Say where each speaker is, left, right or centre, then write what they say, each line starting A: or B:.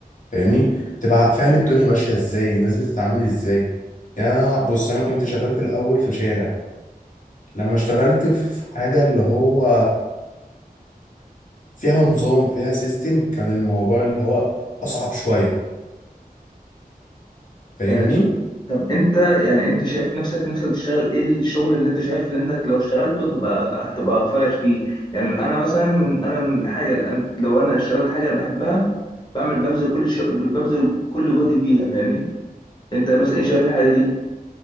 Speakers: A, on the left; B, on the left.
A: فاهمني تبقى فاهم الدنيا ماشيه ازاي الناس بتتعامل ازاي يعني أنا- بص انا كنت شغال في الاول في شارع لما اشتغلت في حاجه اللي هو فيها نظام فيها سيستم كان الموضوع اللي هو اصعب شويه فاهمني
B: آه، طب طب انت يعني انت شايف نفسك نفسك تشتغل ايه الشغل اللي انت شايف انك لو اشتغلته تبقى هتبقى فاير فيه يعني انا مثلا من انا من حاجه الآن لو انا اشتغلت حاجه انا بحبها بعمل ببذل كل ش... ببذل كل جهدي فيها فاهمني انت مثلا ايه شايف الحاجه دي